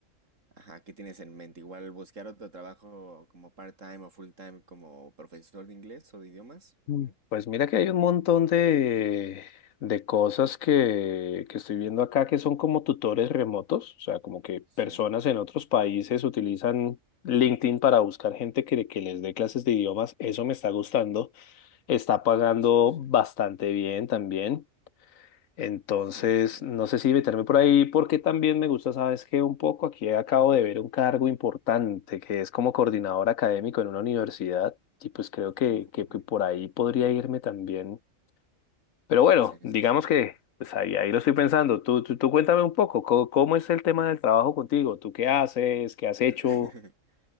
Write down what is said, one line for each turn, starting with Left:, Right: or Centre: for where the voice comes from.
Right: ajá, ¿qué tienes en mente? Igual buscar otro trabajo como part-time o full-time como profesor de inglés o de idiomas. Ujú.
Left: Mm. Pues mira que hay un montón de, de cosas que, que estoy viendo acá que son como tutores remotos, o sea, como que
Right: Sí,
Left: personas en otros países utilizan LinkedIn para buscar gente que, que les dé clases de idiomas. Eso me está gustando, está pagando
Right: sí, sí.
Left: bastante bien también. Entonces,
Right: Sí, sí.
Left: no sé si meterme por ahí porque también me gusta, sabes que un poco aquí acabo de ver un cargo importante que es como coordinador académico en una universidad y pues creo que,
Right: Uf,
Left: que,
Right: ujú.
Left: que por ahí podría irme también. Pero bueno,
Right: Sí,
Left: digamos
Right: sí, sí.
Left: que pues ahí, ahí lo estoy pensando. Tú, tú, tú cuéntame un poco, ¿cómo, cómo es el tema del trabajo contigo? ¿Tú qué haces? ¿Qué has
Right: <laughs>
Left: hecho?